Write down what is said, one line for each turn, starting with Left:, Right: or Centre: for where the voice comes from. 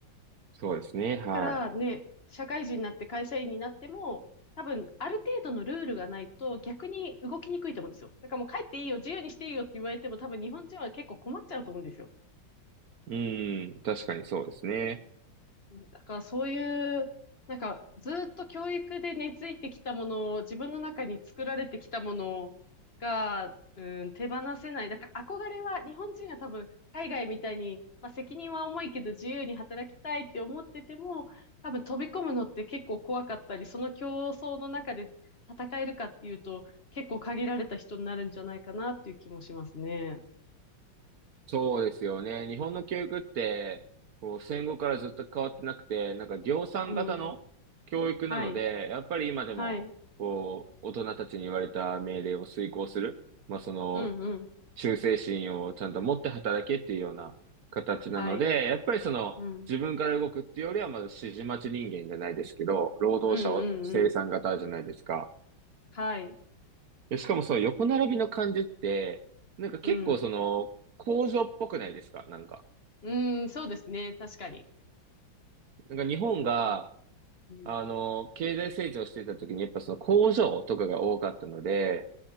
Right: そうですね。は
Left: からね、社会人になって会社員になっても、多分、ある程度のルールがないと逆に動きにくいと思うんですよ。だからもう帰っていいよ、自由にしていいよって言われても多分日本人は結構困っちゃうと思うんですよ。
Right: い。うん。確かにそうですね。
Left: だからそういう、なんかずっと教育で根付いてきたものを、自分の中に作られてきたものが、うん、手放せない。だから憧れは、日本人は多分海外みたいに、まあ、責任は重いけど自由に働きたいって思ってても、多分飛び込むのって結構怖かったり、その競争の中で戦えるかっていうと、結構限られた人になるんじゃないかなっていう気もしますね。
Right: そうですよね。日本の教育って、こう、戦後からずっと変わってなくて、なんか量産型の教育なので、
Left: うん。はい。
Right: やっぱり今でも、
Left: はい。
Right: こう、大人たちに言われた命令を遂行する。まあ、その、
Left: うんうん。
Right: 忠誠心をちゃんと持って働けっていうような形なので、
Left: はい。
Right: やっぱりその自分から動くっていうよりはまだ指示待ち人間じゃないですけど、
Left: うん。
Right: 労働者を生産型じゃないですか。
Left: うんうんうん。はい。
Right: え、しかもその横並びの感じって、なんか結構その工場っぽくないですかなんか。
Left: うん。うん、そうですね。確かに。
Right: なんか日本が、
Left: それはある。うん。
Right: あの、経済成長してた時にやっぱその工場とかが多かったので、